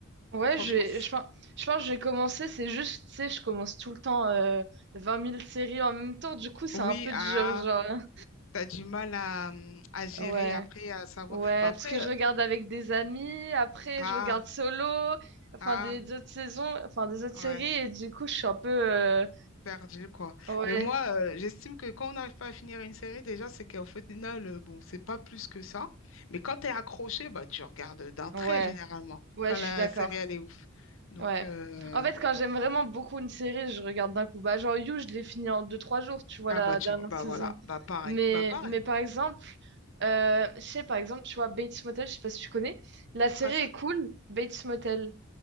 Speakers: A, on the right (about 55°); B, on the left (about 65°).
A: Ouais,
B: Franchement,
A: je vais-
B: c-
A: je, pense- je pense que j'ai commencé. C'est juste, tu sais, je commence tout le temps euh, 20 000 séries en même temps. Du coup, c'est
B: oui,
A: un peu du
B: ah,
A: genre, genre, hein.
B: t'as du mal à, hum, à gérer
A: Ouais.
B: après, à savoir.
A: Ouais,
B: Bah après,
A: parce que je
B: euh,
A: regarde avec des amis. Après,
B: ah,
A: je regarde solo. Enfin,
B: ah,
A: des autres saisons. Enfin, des autres
B: ouais,
A: séries. Et du coup, je suis un peu. euh,
B: perdu quoi.
A: Ouais.
B: Mais moi, euh, j'estime que quand on n'arrive pas à finir une série, déjà, c'est qu'au final, euh, bon, c'est pas plus que ça. Mais quand t'es accroché, bah tu regardes d'un
A: Ouais.
B: trait généralement,
A: Ouais,
B: quand
A: je
B: la
A: suis d'accord.
B: série, elle est ouf. Donc,
A: Ouais.
B: euh,
A: En fait,
B: bon.
A: quand j'aime vraiment beaucoup une série, je regarde d'un coup. Bah, genre You, je l'ai fini en deux trois jours, tu vois,
B: Ah,
A: la
B: bah, tu,
A: dernière
B: bah
A: saison.
B: voilà, bah pareil,
A: Mais,
B: bah pareil.
A: mais par exemple, euh, je sais, par exemple, tu vois, Bates Motel, je sais pas si tu connais. La série
B: Quoi ça?
A: est cool, Bates Motel.